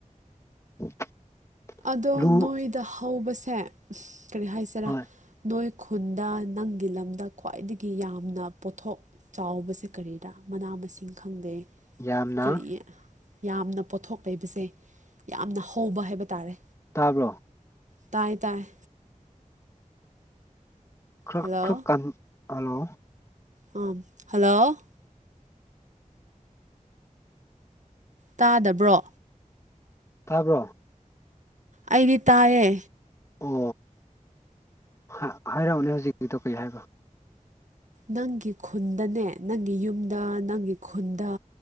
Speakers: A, on the left (about 20°); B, on the right (about 65°).
A: <inaudible>
B: ꯑꯗꯣ
A: ꯂꯨ
B: ꯅꯣꯏꯗ ꯍꯧꯕꯁꯦ ꯀꯔꯤ ꯍꯥꯏꯁꯤꯔꯥ
A: ꯍꯣꯏ
B: ꯅꯣꯏ ꯈꯨꯟꯗ ꯅꯪꯒꯤ ꯂꯝꯗ ꯈ꯭ꯋꯥꯏꯗꯒꯤ ꯌꯥꯝꯅ ꯄꯣꯠꯊꯣꯛ ꯆꯥꯎꯕꯁꯦ ꯀꯔꯤꯔ ꯃꯅꯥ ꯃꯁꯤꯡ ꯈꯪꯗꯦ
A: ꯌꯥꯝꯅ
B: ꯀꯔꯤ ꯌꯥꯝꯅ ꯄꯣꯠꯊꯣꯛ ꯂꯩꯕꯁꯦ ꯌꯥꯝꯅ ꯍꯧꯕ ꯍꯥꯏꯕ ꯇꯥꯔꯦ
A: ꯇꯥꯕ꯭ꯔꯣ
B: ꯇꯥꯏ ꯇꯥꯏ
A: ꯈꯔ
B: ꯍꯜꯂꯣ
A: ꯈꯔꯀꯟ ꯍꯜꯂꯣ
B: ꯎꯝ ꯍꯜꯂꯣ ꯇꯥꯗꯕ꯭ꯔꯣ
A: ꯇꯥꯕ꯭ꯔꯣ
B: ꯑꯩꯗꯤ ꯇꯥꯏꯌꯦ
A: ꯑꯣ ꯍꯥꯏꯔꯛꯑꯣꯅꯦ ꯍꯧꯖꯤꯛꯀꯤꯗꯣ ꯀꯩ ꯍꯥꯏꯕꯅꯣ
B: ꯅꯪꯒꯤ ꯈꯨꯟꯗꯅꯦ ꯅꯪꯒꯤ ꯌꯨꯝꯗ ꯅꯪꯒꯤ ꯈꯨꯟꯗ